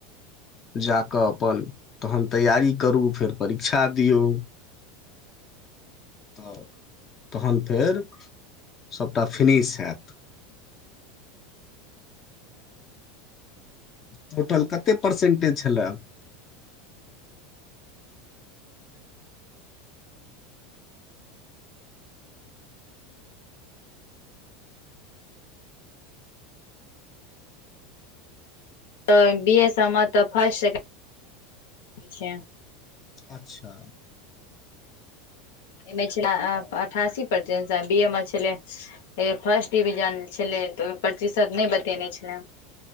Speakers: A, on the left; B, on the left.
A: जा क अपन तहन तैयारी करू फेर परीक्षा दियौ। तऽ तहन फेर सभटा फनिश हयत। टोटल कते। परसेंटेज छल। <inaudible>
B: तऽ बी एस तऽ फर्स्ट सेकंड छै।
A: अच्छा।
B: एहिमे छल अठासी परसेंट बी ए मे छलै फर्स्ट डिविजन छलै तऽ ओहिमे प्रतिशत नहि बतेने छलै।